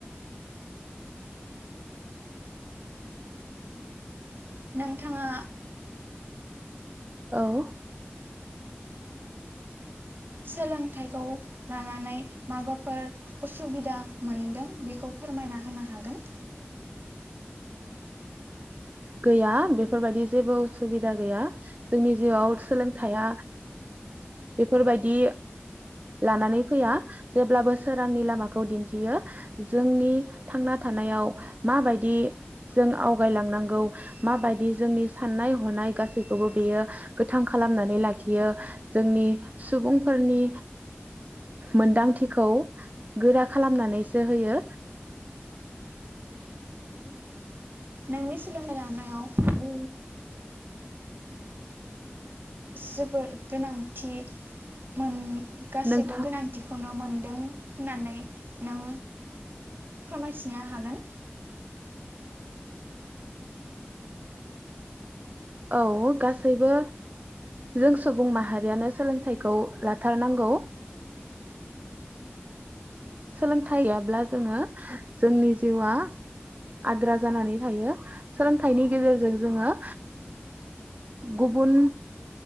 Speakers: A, on the right (about 55°); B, on the right (about 35°).
A: नोंथाङा
B: औ
A: सोलोंथाइखौ लानानै माबाफोर उसुबिदा मोनदों बेखौ फोरमायना होनो हागोन
B: गैया बेफोरबायदि जेबो उसुबिदा गैया जोंनि जिउआव सोलोंथाइया बेफोरबायदि लानानै फैया जेब्लाबो सोरांनि लामाखौ दिन्थियो जोंनि थांना थानायाव माबायदि जों आवगायलांनांगौ ओ माबायदि जोंनि साननाय हनाय गासैखौबो बेयो गोथां खालामनानै लाखियो जोंनि सुबुंफोरनि मोनदांथिखौ गोरा खालामनानैसो होयो
A: नोंनि सोलोंथाइ लानायाव ओ जोबोर गोनांथि मोन गासैबो
B: नोंथां
A: गोनांथिखौनो मोनदों होननानै नों फोरमायथिनो हागोन
B: औ गासैबो जों सुबुं माहारियानो सोलोंथाइखौ लाथारनांगौ सोलोंथाइयाब्ला जोङो जोंनि जिउआ आद्रा जानानै थायो सोलोंथाइनि गेजेरजों जोङो गुबुन